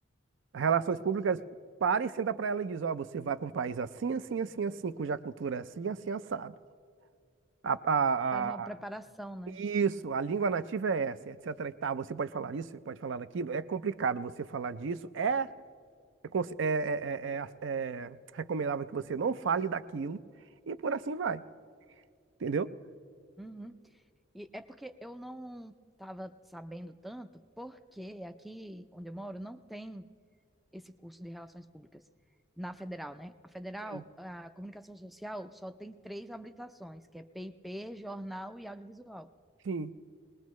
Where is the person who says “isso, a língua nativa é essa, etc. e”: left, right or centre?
Right